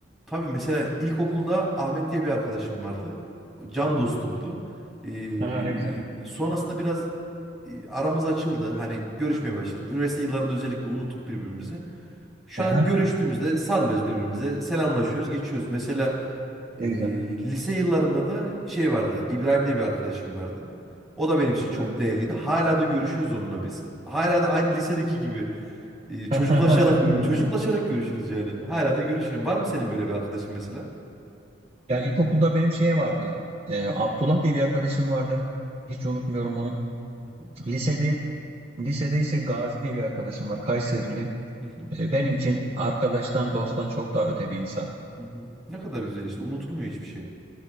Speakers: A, in the centre; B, on the right.
A: Tabii mesela ilkokulda Ahmet diye bir arkadaşım vardı. Can dostumdu. Ee,
B: Ha, ne güzel.
A: sonrasında biraz e, aramız açıldı. Hani görüşmeye başladık. Üniversite yıllarında özellikle unuttuk birbirimizi. Şu
B: Aha,
A: an görüştüğümüzde sarılıyoruz birbirimize. Selamlaşıyoruz, geçiyoruz. Mesela e,
B: ne güzel.
A: lise yıllarımda da şey vardı. İbrahim diye bir arkadaşım vardı. O da benim için çok
B: Evet.
A: değerliydi. Hala da görüşürüz onunla biz. Hala da aynı lisedeki gibi e, çocuklaşarak
B: <laughs> Ne güzel.
A: çocuklaşarak görüşürüz yani. Hala da görüşürüm. Var mı senin böyle bir arkadaşın mesela?
B: Yani ilkokulda benim şeye vardı. Ee, Abdullah diye bir arkadaşım vardı. Hiç unutmuyorum onu.
A: Hı hı,
B: Lisede lisede ise Gazi diye bir arkadaşım var. Kayserili.
A: hı hı,
B: Ee, benim için arkadaştan dosttan çok daha öte bir insan.
A: hı hı. Ne kadar güzel işte. Unutulmuyor hiçbir şey.